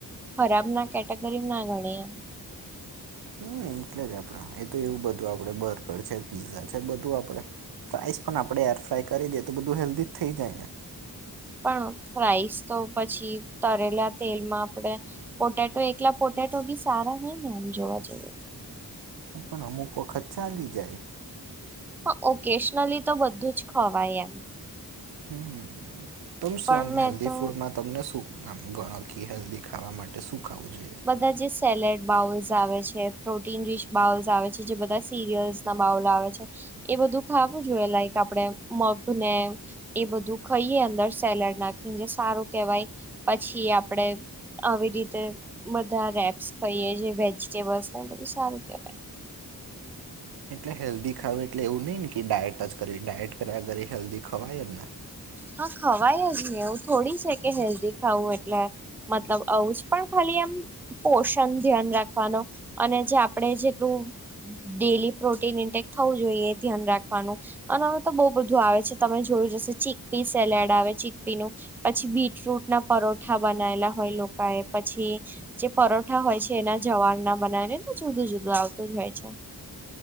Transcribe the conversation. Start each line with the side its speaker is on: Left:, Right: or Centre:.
Centre: ખરાબ ના કેટેગરી ના ગણી એમ
Right: હમ એટલે જ, આપડે એ તો એવું બધું આપડે બર્ગર છે, પીઝા છે બધું આપડે રાઇસ પણ આપણે એરફ્રાય કરી દઈએ, તો બધું હેલ્ધી થઈ જાય ને
Centre: પણ ફ્રઇસ તો પછી, તરેલા તેલ માં આપણેે પોટેટો એકલા પોટેટો બી સારા નઈને આમ, જોવા જઈએ તો.
Right: એ પણ અમુક વખત ચાલી જાય.
Centre: હા, ઓકેશનલીતો બધું જ ખવાય એમ.
Right: હમ તમ શું
Centre: પણ
Right: આમ,
Centre: મેં
Right: હેલ્ધી
Centre: તો
Right: ફૂડમાં તમને શું? આમ, ગણો કી હેલ્ધી ખાવા માટે શું ખાવું જોઈએ?
Centre: બધા જે સેલેડ બાઉલ્સ આવે છે, પ્રોટીન રીચ બાઉલ્સ આવે છે, જે બધા સીરિયલ્સ મા આવે છે એ બધું ખાવું જોઈએ લાઈક આપણેે મગને એ બધું ખાઈએ અંદર સેલેડ નાખી જે સારું કેહેવાય પછી આપડે આવી રીતે બધા રેપ્સ કાઈએ જે વેજીટેબલ્સ બધું સારું કેવાય,
Right: એટલે હેલ્ધી ખાવું એટલે એવું નહીં ને કે ડાયટ જ કરવી ડાયટ કર્યા ઘરે હેલ્ધી ખવાયજને
Centre: હા ખવાય જ ને એવું થોડી છે કે હેલ્ધી ખાવું એટલે મતલબ આવુંજ પણ ખાલી એમ પોષણ ધ્યાન રાખવાનો અને જે આપણે જેટલું ડેલી પ્રોટીન ઇન્ટેક થવું જોઈએ ધ્યાન રાખવાનું અનેમાં તો બહુ બધું આવે છે તમે જોયું જશેો ચીકપી સેલેડ આવે ચીકપી નું પછી બીટ રુટ ના પરોઠા બનાયલા હોય લોકા એ પછી જે પરોઠા હોય છે એના જવાર ના બનાવીને ને જુદું જુદું આવતું જ હોય છે.